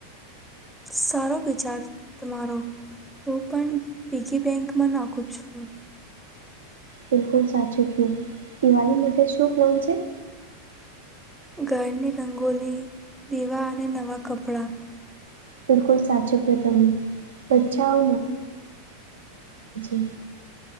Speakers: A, in the centre; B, on the right.
A: સારો વિચાર તમારો હું પણ પીગી બેંકમાં નાખું છું.
B: બિલકુલ સાચું કયું દિવાળી માટે શું પ્લાન છે
A: ઘરની રંગોલી દીવા અને નવા કપડાં.
B: બિલકુલ સાચું કયો તમે બચા <unintelligible>